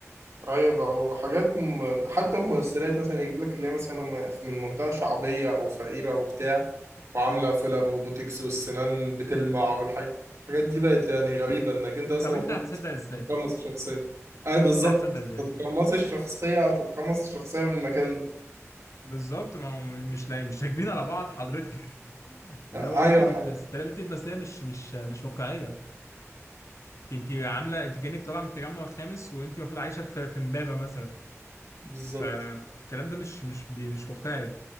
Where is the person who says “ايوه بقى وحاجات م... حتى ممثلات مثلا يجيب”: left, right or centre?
Right